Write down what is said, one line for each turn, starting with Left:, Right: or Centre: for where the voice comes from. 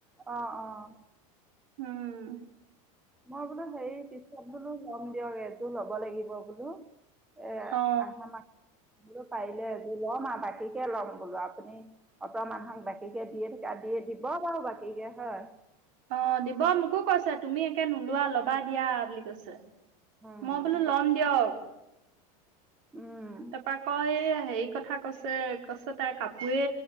Centre: অঁ-অঁ,
Right: উম,
Centre: মই বোলো হেৰি পিছত বলো। কম দিয়ক এযোৰ ল'ব লাগিব বোলো। এ
Right: অ
Centre: আহামাহত, বোলো পাৰিলে এযোৰ ল'ম আৰু বাকীকে ল'ম বোলো আপুনি অত মানুহক বাকীকে দিয়ে থাকে দিয়ে দিব বাৰু বাকীকে হয়।
Right: অ দিব মোকো কৈছে তুমি একে নোলোৱা লবা দিয়া বুলি কৈছে।
Centre: উম।
Right: মই বোলো
Centre: বাক-
Right: লম দিয়ক
Centre: উম,
Right: তাৰপৰা আকৌ এই, হেৰি কথা কৈছে-কৈছে তাই কাপোৰে